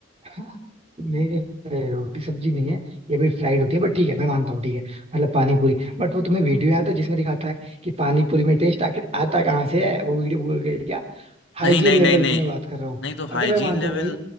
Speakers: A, on the right; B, on the left.
A: हाँ, मेरे रोटी सब्जी नहीं है ये भी फ्राइड होती है बट ठीक है मैं मानता हूँ ठीक है मतलब पानी पूरी बट वो तुम्हें वीडियो आया था जिसमें दिखाता है कि पानी पूरी में टेस्ट आखिर आता कहाँ से है वो वीडियो भूल गए क्या हाइजीन
B: नहीं नहीं
A: लेवल
B: नहीं नहीं
A: की मैं बात कर रहा हूँ
B: नहीं तो हाइजीन
A: अगर मैं मानता
B: लेवल
A: हूँ भाई